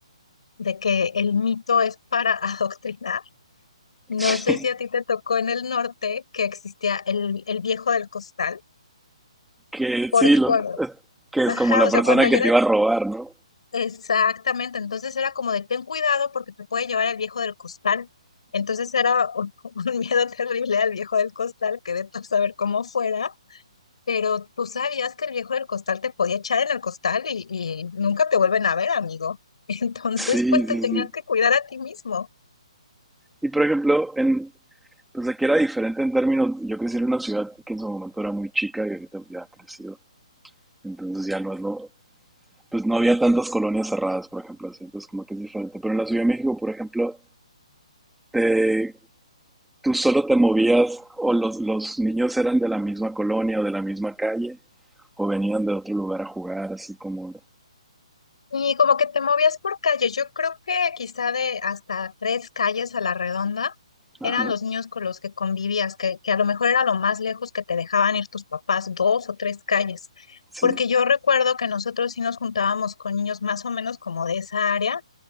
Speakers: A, on the left (about 65°); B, in the centre.
A: de que el mito es para <laughs> adoctrinar, no
B: <laughs> sí,
A: sé si a ti te tocó en el norte que existía el, el viejo del costal,
B: que
A: porque
B: sí, lo,
A: cuando,
B: que
A: ajá,
B: es como la
A: o
B: persona
A: sea, cuando yo
B: que
A: era
B: te iba a robar, ¿no?
A: Exactamente, entonces era como de ten cuidado porque te puede llevar el viejo del costal. Entonces era un, <laughs> un miedo terrible al viejo del costal, que de todo saber cómo fuera, pero tú sabías que el viejo del costal te podía echar en el costal y, y nunca te vuelven a ver, amigo. <laughs> Entonces,
B: Sí,
A: pues te
B: sí,
A: tenías
B: sí.
A: que cuidar a ti mismo.
B: Y por ejemplo, en, pues aquí era diferente en términos, yo crecí en una ciudad que en su momento era muy chica y ahorita ya ha crecido Entonces ya no es lo, pues no había tantas colonias cerradas, por ejemplo, así, entonces como que es diferente. Pero en la Ciudad de México, por ejemplo, te, tú solo te movías o los, los niños eran de la misma colonia o de la misma calle o venían de otro lugar a jugar, así como era.
A: Y como que te movías por calle, yo creo que quizá de hasta tres calles a la redonda eran
B: Ajá,
A: los niños con los que convivías, que, que a lo mejor era lo más lejos que te dejaban ir tus papás, dos o tres calles.
B: sí.
A: Porque yo recuerdo que nosotros sí nos juntábamos con niños más o menos como de esa área